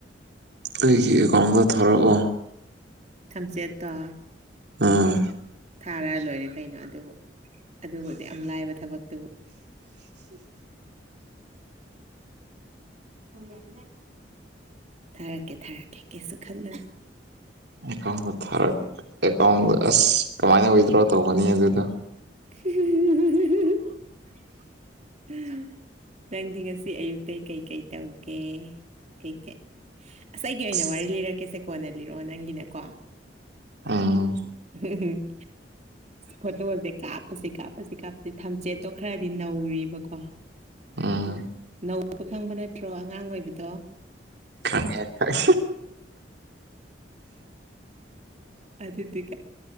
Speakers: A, on the right; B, on the right.
A: ꯑꯩꯒꯤ ꯑꯦꯀꯥꯎꯟꯗ ꯊꯥꯔꯛꯑꯣ
B: ꯊꯝꯆꯦꯠꯇꯣ
A: ꯎꯝ
B: ꯊꯥꯔ ꯂꯣꯏꯔꯦ ꯀꯩꯅꯣ ꯑꯗꯨꯕꯨ ꯑꯗꯨꯕꯨꯗꯤ ꯌꯥꯝ ꯂꯥꯏꯕ ꯊꯕꯛꯇꯨꯕꯨ ꯌꯥ ꯊꯥꯔꯛꯀꯦ ꯊꯥꯔꯛꯀꯦ ꯀꯦꯁꯨ ꯈꯜꯂꯨꯅ
A: ꯑꯦꯀꯥꯎꯟ ꯊꯔ ꯑꯦꯀꯥꯎꯟ ꯑꯁ ꯀꯃꯥꯏꯅ ꯋꯤꯗ꯭ꯔꯣ ꯇꯧꯒꯅꯤ ꯑꯗꯨꯗ
B: <unintelligible> ꯅꯪꯗꯤ ꯉꯁꯤ ꯑꯌꯨꯛꯇ ꯀꯩꯀꯩ ꯇꯧꯒꯦ ꯀꯩꯀꯩ ꯉꯁ ꯑꯩꯒꯤ ꯑꯣꯏꯅ
A: ꯑꯁ
B: ꯋꯥꯔꯤ ꯂꯤꯔꯛꯀꯦꯁꯦ ꯀꯣꯟꯅ ꯂꯤꯔꯛꯑꯣ ꯅꯪꯒꯤꯅꯀꯣ
A: ꯑ
B: ꯎꯝ ꯐꯣꯇꯣꯁꯦ ꯀꯥꯞꯄꯁꯤ ꯀꯥꯞꯄꯁꯤ ꯀꯥꯞꯄꯁꯤ ꯊꯝꯆꯦꯠꯇꯣ ꯈꯔꯗꯤ ꯅꯧꯔꯤꯕꯔꯤꯕꯀꯣ
A: ꯎꯝ
B: ꯅꯧꯕ ꯈꯪꯕ ꯅꯠꯇ꯭ꯔꯣ ꯑꯉꯥꯡ ꯑꯣꯏꯕꯗꯣ
A: ꯈ ꯈꯥꯏ
B: ꯑꯔꯇꯒ